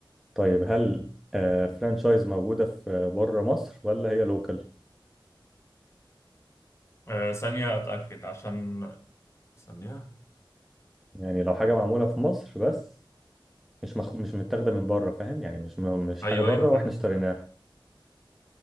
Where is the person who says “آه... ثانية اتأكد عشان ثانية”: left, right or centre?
Left